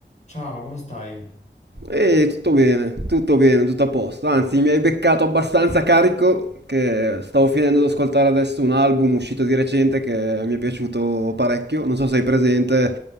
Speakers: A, on the left (about 40°); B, on the right (about 65°).
A: Ciao, come stai?
B: E tutto bene, tutto bene, tutto a posto. Anzi, mi hai beccato abbastanza carico che stavo finendo di ascoltare adesso un album uscito di recente che mi è piaciuto parecchio. Non so se hai presente